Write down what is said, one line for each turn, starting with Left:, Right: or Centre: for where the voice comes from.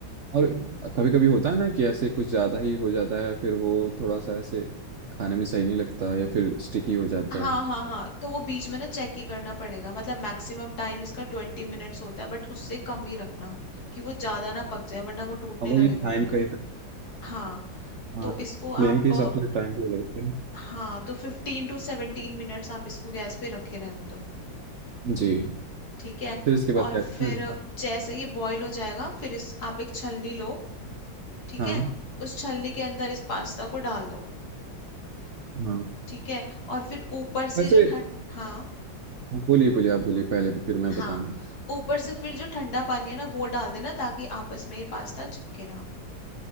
Right: और कभी कभी होता है ना कि ऐसे कुछ ज़्यादा ही हो जाता है फिर वो थोड़ा सा ऐसे खाने में सही नहीं लगता या फिर स्टिकी हो जाता
Left: हाँ
Right: है
Left: हाँ हाँ तो वो बीच में ना चेक ही करना पड़ेगा मतलब मैक्सिमम टाइम इसका ट्वेंटी मिनट्स होता है बट उससे कम ही रखना कि वो ज्यादा ना पक जाए वरना वो टूटने
Right: और वो
Left: लगेगा
Right: ये टाइम
Left: फिर
Right: का ही है।
Left: हाँ
Right: हाँ
Left: तो इसको
Right: प्लेन
Left: आप
Right: के हिसाब से टाइम टू लगते हैं
Left: हाँ तो फिफ्टीन टू सेवनटीन मिनट्स आप इसको गैस पे रखे रहने दो
Right: जी
Left: ठीक है
Right: फिर इसके बाद
Left: और
Right: क्या
Left: फिर
Right: करते हैं
Left: जैसे ये बॉईल हो जाएगा फिर इस आप एक छलनी लो ठीक
Right: हाँ
Left: है उस छलनी के अंदर इस पास्ता को डाल दो
Right: हाँ
Left: ठीक है और फिर ऊपर से
Right: वैसे
Left: जो ठंड हाँ
Right: हाँ, बोलिए बोलिए आप बोलिए पहले फिर मैं
Left: हाँ
Right: बताऊंगा
Left: ऊपर से फिर जो ठंडा पानी है ना वो डाल देना ताकि आपस में ये पास्ता चिपके ना